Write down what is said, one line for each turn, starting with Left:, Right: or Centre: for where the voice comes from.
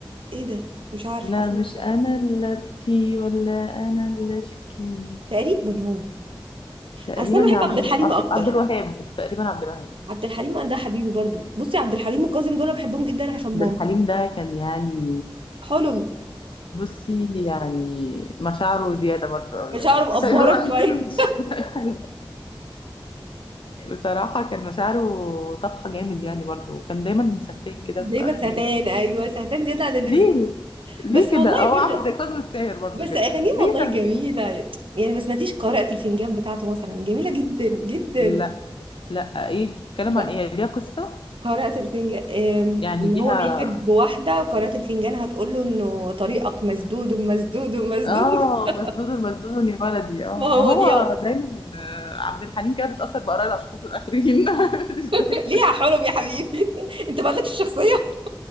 Right: ايه ده مش عارف
Left: لا
Right: حاسه
Left: مش أنا اللي أبكي ولا أنا اللي أشكي
Right: تقريبا هو
Left: تقريبا
Right: اصل انا
Left: يا
Right: بحب
Left: عبد
Right: عبد
Left: الم...
Right: الحليم
Left: عبد
Right: اكتر
Left: عبد الوهاب تقريبا عبد الوهاب
Right: عبد الحليم ده حبيبي برضو بصي عبد الحليم وكاظم دول أنا بحبهم جدا عشان ماما
Left: عبد الحليم ده كان يعني
Right: حلم
Left: بصي يعني مشاعره زيادة برضه أوي
Right: مش
Left: يعني
Right: هعرف افورك
Left: مش عايزة أقول عليه
Right: شويه
Left: كده مش <laughs> بصراحة كان مشاعره طفحة جامد يعني برضو وكان دايما سهتين
Right: <laughs>
Left: كده
Right: دايما
Left: في أغانيه
Right: سهتان ايوه سهتان زياده عن اللزوم
Left: ليه ليه
Right: بس
Left: كده
Right: والله
Left: هو
Right: برضه
Left: عامل زي كاظم الساهر برضو
Right: بس
Left: كده
Right: اغانيه
Left: يعني ليه
Right: والله
Left: ده
Right: جميله يعني ما سمعتيش قارئة الفنجان بتاعته مثلا جميله جدا جدا
Left: لا لا ايه بتتكلم
Right: لا
Left: عن ايه يعني ليها قصة
Right: قارئة الفنجان أم،
Left: يعني
Right: ان
Left: ليها
Right: هو بيحب واحده وقارئة الفنجان هتقول له انه طريقك مسدود مسدود مسدود
Left: اه
Right: <laughs>
Left: مسدود المسدود يا ولدي اه
Right: ما هو
Left: ما هو
Right: دي أهو.
Left: دايما آه، عبد الحليم كده بتأثر بآراء الأشخاص الآخرين <laughs> مش دايما،
Right: ليه يا حلم يا حبيبي <laughs> انت مالكش الشخصيه